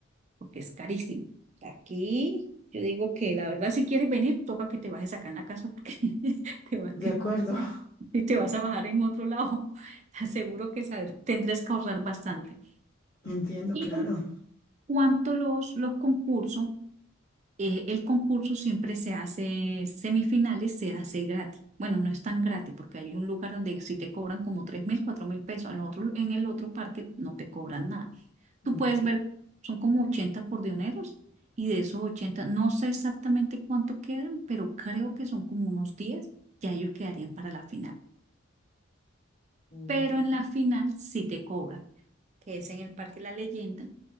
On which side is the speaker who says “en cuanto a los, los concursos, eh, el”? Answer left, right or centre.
Right